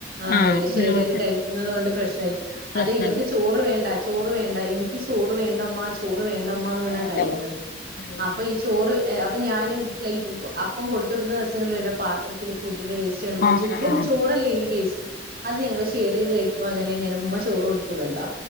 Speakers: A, on the right (about 50°); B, on the left (about 45°).
A: ആഹ്
B: ആ
A: ഇവര്
B: അപ്പൊ
A: ഷെയർ
B: പിന്നെ കൊഴപ്പല്ല
A: ചെയ്ത് കഴിക്കുന്നത് കൊണ്ട് പ്രശ്നല്ല
B: പ്രശ്നല്ല
A: അതേ ഇവർക്ക് ചോറ് വേണ്ട ചോറ് വേണ്ട എനിക്ക് ചോറ് വേണ്ട ഉമ്മ ചോറ് വേണ്ട
B: ആ
A: ഉമ്മന്ന് പറഞ്ഞാ
B: അതാ
A: കരയുന്നത്
B: പറയുന്നത്
A: അപ്പൊ ഈ ചോറ് ഏ അപ്പം ഞാൻ പ്ലേറ്റ് അപ്പം കൊടുത്ത വിടുന്ന ദിവസങ്ങൾ പാത്രത്തിൽ ഫു ഡ്ന്റെ വേസ്റ്റ് കാണുമ്പോ
B: ആ
A: ഞാൻ ചോദിക്കും
B: ആ
A: ചോറല്ലേ ഈ വേസ് അത് ഞങ്ങള് ഷെയർ ചെയ്ത് കഴിക്ക്പ അങ്ങനതന്നെയാണ് ഉമ്മ ചോറ്കൊടുത്തൂ വിടണ്ട